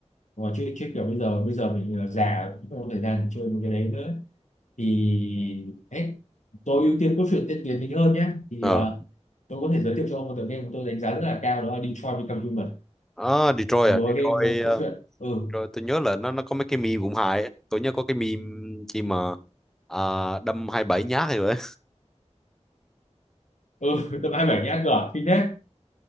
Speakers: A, on the left (about 85°); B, in the centre.
A: mà chơi chơi kiểu bây giờ bây giờ mình uh, già cũng không có thời gian để chơi một cái đấy nữa thì ấy tôi ưu tiên cốt truyện tiên tiến tính hơn nhé thì
B: Ờ.
A: uh, tôi có thể giới thiệu cho ông một tựa game mà tôi đánh giá rất là cao đó là Detroit Become Human
B: À Detroit
A: một
B: à,
A: gói
B: Detroit,
A: game uh, cốt
B: um,
A: truyện ừ
B: Detroit tôi nhớ là nó nó có mấy cái meme cũng hài á. Tôi nhớ có cái meme chi mà à, đâm hai bảy nhát rồi
A: ừ <laughs> tầm 27 nhá ăn cửa kinh đấy